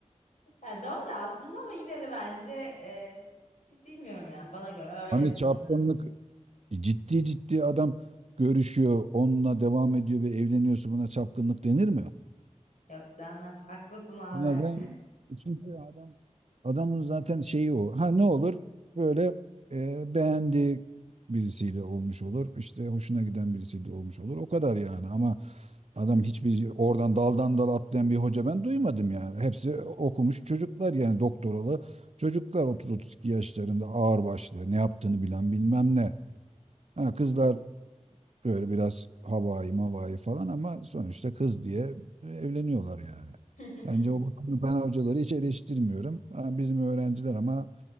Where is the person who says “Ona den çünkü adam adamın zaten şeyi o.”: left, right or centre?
Right